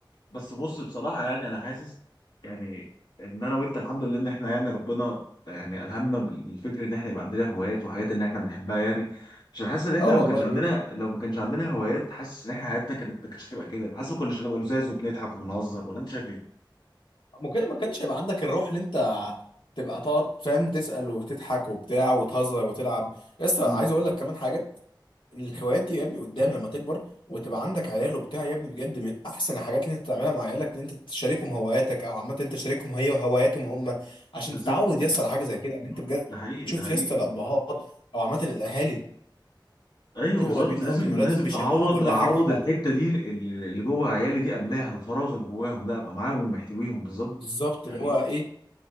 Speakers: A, on the left; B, on the left.
A: بس بص بصراحة يعني أنا حاسس يعني إن أنا وأنت الحمد لله إن إحنا يعني ربنا يعني ألهمنا بال- بالفكر إن إحنا يبقى عندنا هوايات وحاجات إن إحنا بنحبها يعني عشان حاسس إن إحنا
B: اه
A: لو
B: والله
A: ما كانش عندنا
B: بجد
A: لو ما كانش عندنا هوايات حاسس إن إحنا حياتنا كانت ما كانتش هتبقى كده حاسس ما كناش هنبقى لزاز وبنضحك وبنهزر ولا أنت شايف إيه؟
B: ممكن ما كانش يبقى عندك الروح اللي انت تبقى تقعد فاهم تسال وتضحك وبتاع وتهزر وتلعب لسه
A: امم
B: عايز اقول لك كمان حاجه إن الهوايات دي يا ابني قدام لما تكبر وتبقى عندك عيال وبتاع يا ابني بجد من احسن الحاجات اللي انت تعملها مع عيالك ان انت تشاركهم هواياتك او عامه انت تشاركهم هي هواياتهم هم عشان
A: بالظبط
B: تتعود يسطا
A: بالظبط
B: على حاجه زي كده ان
A: مم.
B: انت بجد
A: ده حقيقي
B: تشوف
A: ده حقيقي
B: يسطا الابهات او عامه الاهالي
A: ايوه
B: يكونوا
A: بالظبط
B: قريبين
A: لازم
B: قوي من ولادهم
A: لازم
B: بيشاركوهم
A: اعوض
B: كل
A: اعوض
B: حاجه في حياتهم
A: الحته دي اللي اللي جوه عيالي دي املاها الفراغ اللي جواهم لا ابقى معاهم ومحتويهم بالظبط
B: بالظبط
A: ده
B: اللي
A: حقيقي
B: هو ايه